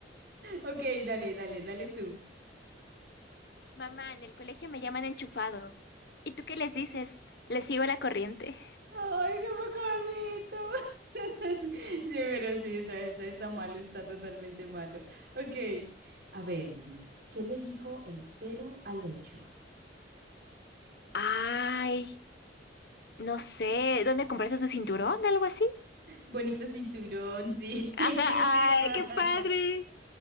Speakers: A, on the right; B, on the left.
A: Ok, dale, dale, dale tú.
B: Mamá, en el colegio me llaman enchufado. ¿Y tú qué les dices? Les sigo la corriente.
A: ¡Ay, qué pecadito! <laughs> Sí, pero sí, está, está, está malo, está totalmente malo. Ok. A ver, Vidi, ¿qué le dijo el cero al ocho?
B: Ay, no sé, ¿dónde compraste tu cinturón? ¿Algo así?
A: Bonito cinturón, sí. <laughs>
B: Ajá, ay, qué padre.